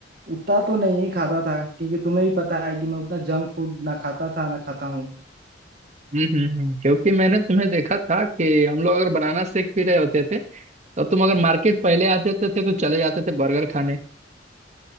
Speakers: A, on the right (about 55°); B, on the right (about 40°).
A: उतना तो नहीं ही खाता था क्योंकि तुम्हें भी पता है कि मैं उतना जंक फूड ना खाता था ना खाता हूँ
B: हम्म हम्म हम्म। क्योंकि मैंने तुम्हें देखा था कि हम लोग अगर बनाना शेक पी रहे होते थे तो तुम अगर मार्केट पहले आ जाते थे तो चले जाते थे बर्गर खाने